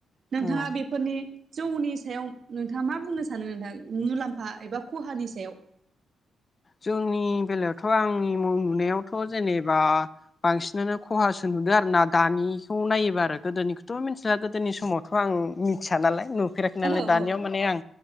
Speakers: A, on the right (about 45°); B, on the left (about 30°).
A: नोंथाङा
B: औ
A: बे फोरनि जौनि सायाव नोंथाङा मा बुंनो सानो नोंथाङा मुलाम्फा एबा खहानि सायाव
B: जोंनि बेलायावथ' आंनि नुनायावथ' जेनेबा बांसिनानो खहासो नुदो आरो ना दानिखौ नायोबा आरो गोदोनि थ मिन्थिला गोदोनि समावथ आं मिथिया नालाय नुफेराखै नालाय
A: औ
B: दानियाव
A: औ
B: माने आं